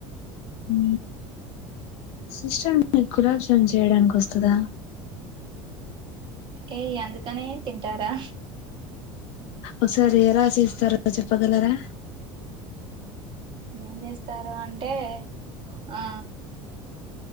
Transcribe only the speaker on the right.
ఏయ్ అందుకనే తింటారా
ఎమ్ చేస్తారు అంటే ఆ